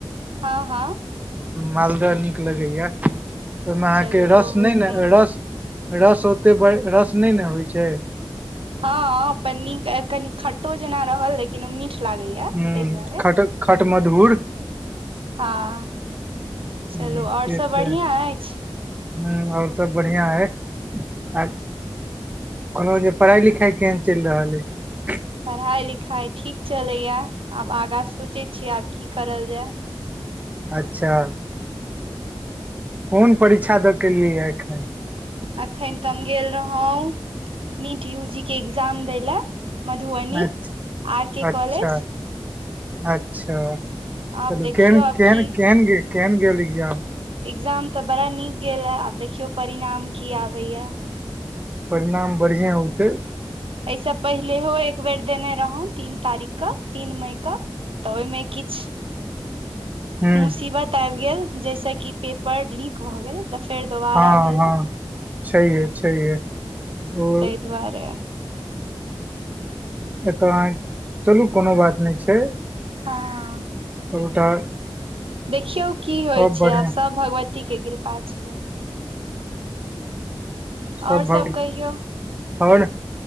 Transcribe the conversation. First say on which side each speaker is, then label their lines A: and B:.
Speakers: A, on the right; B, on the right.
A: हँ हँ
B: मालदह नीक लगैया। <unintelligible> ओहिमे अहाँके
A: चलू
B: रस
A: बहुत
B: नहि ने
A: नीक
B: रस। <unintelligible> रस ओते ब रस नहि ने होइ छै?
A: हँ पनी कनी खटो जेना रहल लेकिन ओ मीठ लागैया ताहि
B: ह
A: दुआरे
B: खट-खट मधूर
A: हँ
B: ह
A: चलू
B: से
A: आओर सभ बढ़िआँ
B: छै
A: अछि।
B: ह आओर सभ बढ़िआँ अइ। आ कहलहुँ जे पढ़ाइ लिखाइ केहन चलि रहल अइ?
A: पढ़ाइ लिखाइ ठीक चलैए। आब आगाँ सोचै छियै आब की करल जाय।
B: अच्छा! कोन परीक्षा दऽ केलियैए एखन?
A: अखन तऽ हम गेल रहौ नीट यूजी के एकग्जाम दै लए। मधुबनी
B: अच्छ
A: आर के
B: अच्छा
A: कॉलेज।
B: अच्छा
A: आब
B: चलू
A: देखियौ
B: केहन
A: आब
B: केहन
A: की
B: केहन गेल? केहन गेल एक्जाम?
A: एग्जाम ते बड़ा निक गेल हे आब देखियो परिणाम की आब बैया।
B: परिणाम बढ़िआँ आउतै।
A: एहिसँ पहिलेहो एक बेेर देने रहौ तीन तारीखके तीन मईके तऽ ओहिमे किछु
B: हूं
A: मुसीबत आबि गेल। जैस की पेपर लीक भए गेल। तऽ फेर दोबारा
B: हँ
A: भेलै
B: हँ छैहे छैहे ओ
A: ताहि दुआरे
B: एकर मगा अहाँ चलू कोनो बात नहि छै। सबटा
A: हँ देखियौ की होइ
B: सब
A: छै
B: बढ़िया
A: आब सब भगवती के कृपा छै।
B: सब
A: आओर
B: भग
A: सभ कहियौ?
B: और